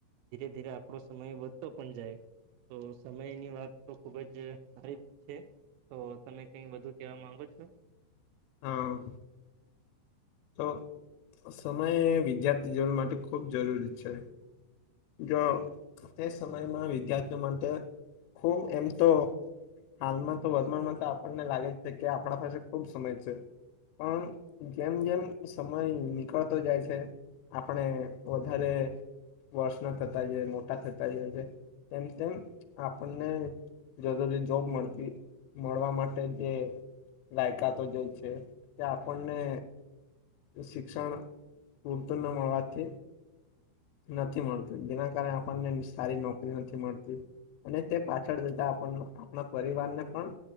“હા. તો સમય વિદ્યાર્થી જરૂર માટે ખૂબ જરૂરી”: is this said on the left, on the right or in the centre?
Left